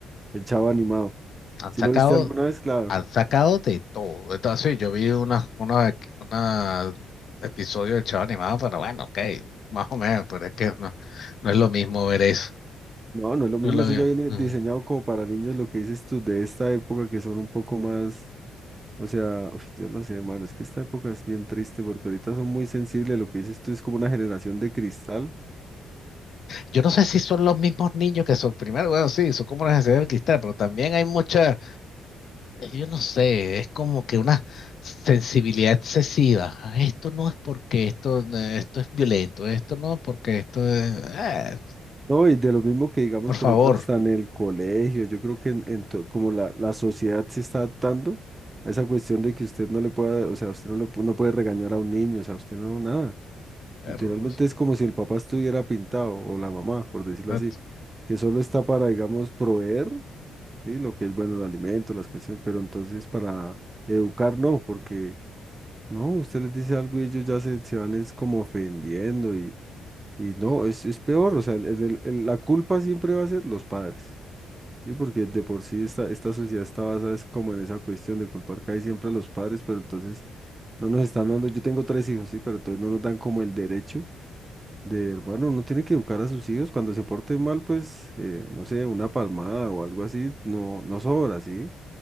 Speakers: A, on the right; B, on the left.
A: el Chavo animado.
B: Han
A: ¿Sí
B: sacado,
A: lo viste alguna vez? Claro.
B: han sacado de todo. Entonces, sí, yo vi una, una, una episodio del Chavo Animado, pero bueno, ok, más o menos, pero es que no, no es lo mismo ver eso.
A: No, no es lo mismo,
B: No es lo
A: eso
B: mismo.
A: ya viene diseñado como para niños, lo que dices tú de esta época que son un poco más, o sea, uf, yo no sé, hermano, es que esta época es bien triste porque ahorita son muy sensibles, lo que dices tú es como una generación de cristal,
B: Yo no sé si son los mismos niños que son, primero, bueno, sí, son como una necesidad del cristal, pero también hay mucha, yo no sé, es como que una sensibilidad excesiva. Ah, Esto no es porque esto, eh, esto es violento, esto no es porque esto es, ah,
A: ¿no? Y de lo mismo que digamos,
B: por
A: por
B: favor.
A: ejemplo, hasta en el colegio, yo creo que en, en to- como la, la sociedad se está adaptando a esa cuestión de que usted no le pueda, o sea, usted no, le, pu- no puede regañar a un niño, o sea, usted no, nada.
B: perro,
A: Literalmente
B: no
A: es como si el papá estuviera pintado o la mamá, por decirlo
B: exacto.
A: así, que solo está para, digamos, proveer. Sí, lo que es bueno, el alimento, las cuestiones, pero entonces para educar no, porque no, usted les dice algo y ellos ya se, se van es como ofendiendo y, y no, es, es peor, o sea, el- el- el- la culpa siempre va a ser los padres, ¿sí? Porque de por sí esta, esta sociedad está basada es como en esa cuestión de culpar casi siempre a los padres, pero entonces no nos están dando, yo tengo tres hijos, sí, pero entonces no nos dan como el derecho de, bueno, uno tiene que educar a sus hijos, cuando se porten mal, pues, eh, no sé, una palmada o algo así, no, no sobra, ¿sí?